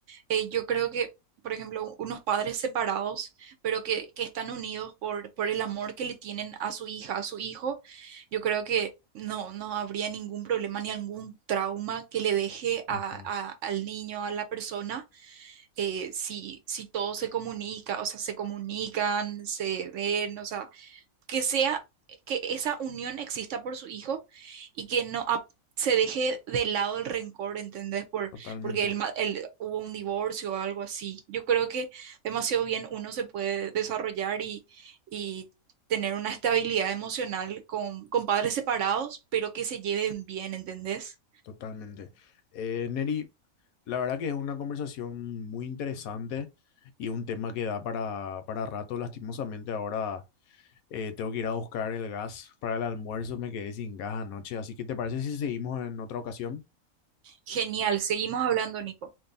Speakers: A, on the right (about 65°); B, on the left (about 75°).
A: eh, yo creo que, por ejemplo, unos padres separados, pero que, que están unidos por, por el amor que le tienen a su hija, a su hijo, yo creo que no, no habría ningún problema ni algún trauma que le deje a,
B: Ujú,
A: a- al niño, a la persona, eh, si, si todo se comunica, o sea, se comunican, se ven, o sea, que sea, que esa unión exista por su hijo y que no ap- se deje de lado el rencor, ¿entendés? Por,
B: Totalmente.
A: porque el, ma- el- hubo un divorcio o algo así. Yo creo que demasiado bien uno se puede desarrollar y, y tener una estabilidad emocional con, con padres separados, pero que se lleven bien, ¿entendés?
B: Totalmente. Eh, Neri, la verdad que es una conversación muy interesante y un tema que da para, para rato. Lastimosamente ahora eh, tengo que ir a buscar el gas para el almuerzo, me quedé sin gas anoche, así que ¿te parece si seguimos en otra ocasión?
A: Genial, seguimos hablando, Nico.